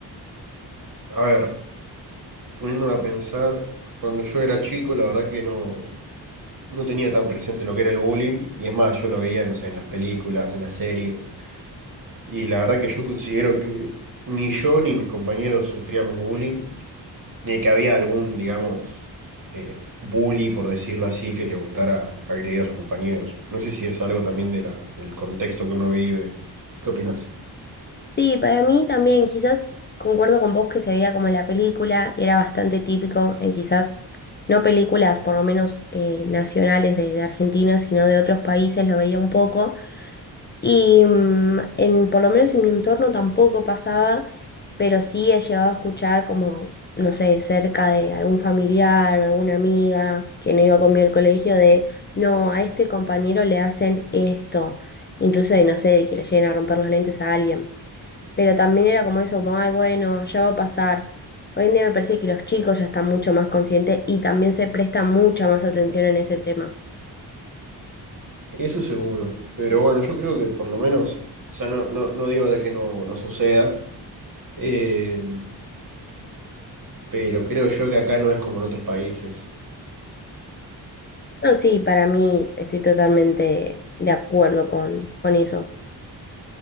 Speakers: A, on the right (about 45°); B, on the left (about 25°).
A: a ver. Poniéndome a pensar, cuando yo era chico, la verdad que no, no tenía tan presente lo que era el bullying, y es más, yo lo veía, no sé, en las películas, en las series, y la verdad que yo considero que ni yo ni mis compañeros sufríamos bullying, ni que había algún, digamos, eh, bully, por decirlo así, que le gustara agredir a sus compañeros. No sé si es algo también de la, del contexto que uno vive. ¿Qué opinas?
B: Sí, para mí también, quizás concuerdo con vos que se veía como en la película y era bastante típico en quizás, no películas por lo menos eh, nacionales de, de Argentina, sino de otros países, lo veía un poco. Y mm, en, por lo menos en mi entorno tampoco pasaba, pero sí he llegado a escuchar como, no sé, cerca de algún familiar o alguna amiga que no iba conmigo al colegio de, no, a este compañero le hacen esto, incluso de, no sé, de que le lleguen a romper los lentes a alguien pero también era como eso, como, ay, bueno, ya va a pasar. Hoy en día me parece que los chicos ya están mucho más conscientes y también se presta mucha más atención en ese tema.
A: Eso seguro, pero bueno, yo creo que por lo menos, o sea, no, no, no digo de que no, no suceda. Eh, pero creo yo que acá no es como en otros países.
B: No, sí, para mí estoy totalmente de acuerdo con, con eso.